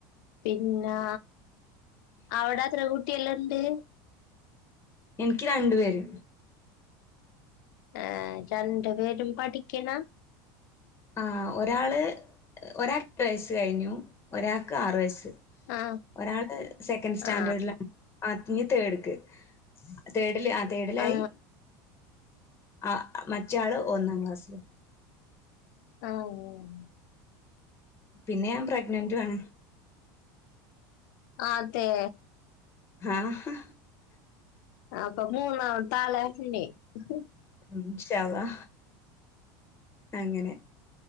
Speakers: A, on the left; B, on the left.
A: പിന്നാ, അവടെത്ര കുട്ട്യള്ണ്ട്?
B: ഇൻക്ക് രണ്ടു പേര്.
A: ഏഹ് രണ്ട് പേരും പഠിക്ക്ണ?
B: ആഹ് ഒരാള് ഒരാ <unintelligible> ട്ട് വയസ്സ് കഴിഞ്ഞു. ഒരാൾക്ക് ആറു വയസ്സ്.
A: ആ
B: ഒരാള് സെക്കൻഡ് സ്റ്റാൻഡേർഡ്ലാ.
A: ആ
B: ആഹ് ഞ് തേഡ്ക്ക്. തേഡ്ല് ആഹ് തേഡിലായി.
A: ആ
B: ആഹ് മറ്റേ ആള് ഒന്നാം ക്ലാസ്സില്.
A: ആഹ്.
B: പിന്നെ ഞാൻ പ്രെഗ്നന്റു ആണ്.
A: അതേ?
B: ആഹ്.
A: അപ്പൊ മൂന്നാമത്താളാ <unintelligible>
B: ഇൻഷാഅള്ളാ. അങ്ങനെ.